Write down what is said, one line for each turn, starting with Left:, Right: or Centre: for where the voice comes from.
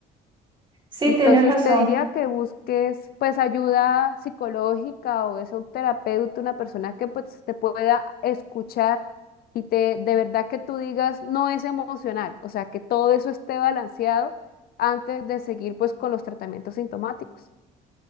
Right: Sí,
Left: Entonces
Right: tienes razón.
Left: te diría que busques pues ayuda psicológica o es un terapeuta, una persona que pues te pueda escuchar y te de verdad que tú digas no es emocional, o sea, que todo eso esté balanceado antes de seguir pues con los tratamientos sintomáticos.